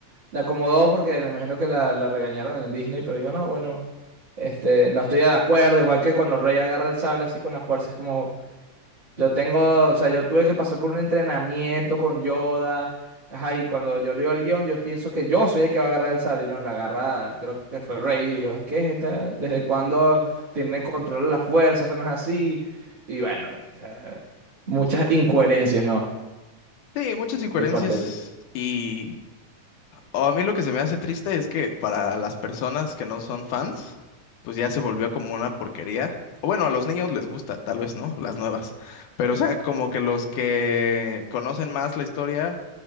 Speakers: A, on the right; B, on the left.
A: la acomodó porque me imagino que la, la regañaron en Disney, pero dijo, no, bueno, este, no estoy de acuerdo. Igual que cuando Rey agarra el sable así con la fuerza, es como, Yo tengo, o sea, yo tuve que pasar por un entrenamiento con Yoda. Ajá, y cuando yo leo el guión, yo pienso que yo soy el que va a agarrar el sable, y no, la agarra, creo que fue Rey. Y yo, ¿qué es esta? ¿Desde cuándo tiene control de la fuerza? Eso no es así. Y bueno, o sea, muchas incoherencias, ¿no?
B: Sí, muchas incoherencias.
A: De parte de
B: Y o a mí lo que se me hace triste es que para las personas que no son fans, pues ya se volvió como una porquería. O bueno, a los niños les gusta, tal vez, ¿no? Las nuevas. Pero o sea, como que los que conocen más la historia